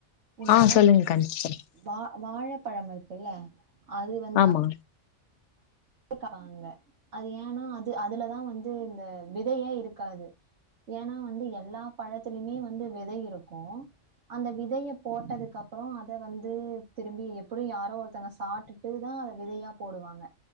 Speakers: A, on the right; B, on the left.
A: இந்த
B: ஆ <unintelligible>
A: வா வாழைப்பழம் இருக்குல்ல அது வந்து
B: ஆமா
A: அ க்கறாங்க அது ஏன்னா அது அதுலதான் வந்து இந்த விதையே இருக்காது ஏன்னா வந்து எல்லா பழத்துலமே வந்து விதை இருக்கு அந்த விதைய போட்டதுக்கப்புறோ அத வந்து திரும்பி எப்புடியும் யாரோ ஒருத்தங்க சாப்ட்டுட்டுதா அத விதையா போடுவாங்க